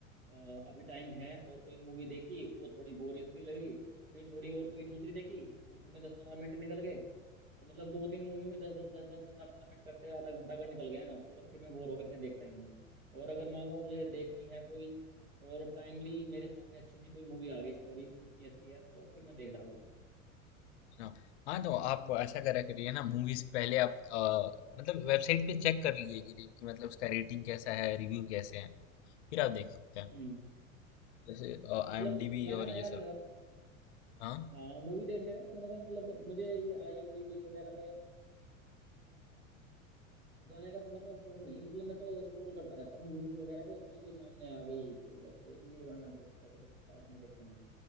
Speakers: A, on the right; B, on the left.
A: अ, अभी टाइम है और कोई मूवी देखी वो थोड़ी बोरियत सी लगी फिर थोड़ी और कोई दूसरी देखी उसमें दस पंद्रह मिनट निकल गए तो मतलब दो तीन मूवी में दस दस दस दस पंद्रह पंद्रह मिनट करते आधा घंटा अगर निकल गया ना तो बस फिर मैं बोर होके फिर देखता ही नहीं हूँ। और अगर मान लो मुझे देखनी है कोई और टाइमली मेरे सामने अच्छी सी कोई मूवी आ गई स्टोरी उसकी अच्छी है तो फिर मैं देख डालता हूँ उसे
B: हाँ हाँ तो आप ऐसा करा करिए ना मूवीज पहले आप अ, मतलब वेबसाइट पे चेक कर लीजिए कि, कि मतलब उसका रेटिंग कैसा है रिव्यू कैसे हैं फिर आप देख सकते हैं
A: हम्म
B: जैसे आईएमडीबी
A: मतलब मेरा
B: और
A: ना यार
B: ये सब हाँ
A: हाँ मूवी देखने का ना थोड़ा सा मतलब मुझे ये आईएमडीबी वगैरह पे जाने का थोड़ा सा शौक नहीं मतलब मैं तो स्क्रॉल करता रहता हूँ यूट्यूब वगैरह पे उसमें कोई सामने आ गई तो बस देख ली वरना तो ऐसा कुछ खास मैं देखता नहीं हूँ